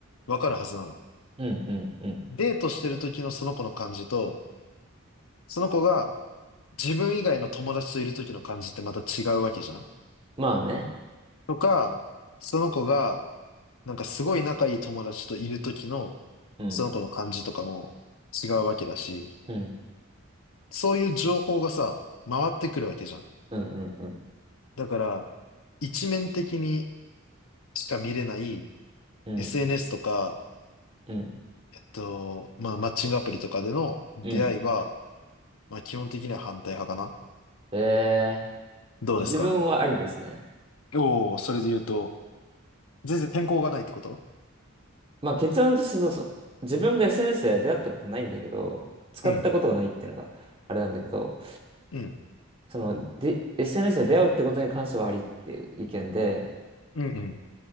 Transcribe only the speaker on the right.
うんうんうん。
まあね。
うん。
うん。
うんうんうん。
うん。
うん。
うん
え
ー、自分はありですね。
まあ結論としてそうそう。自分が SNS で出会ったことないんだけど、使ったことがないっていうのがあれなんだけど、
その、で、SNS で出会うってことに関してはありっていう意見で、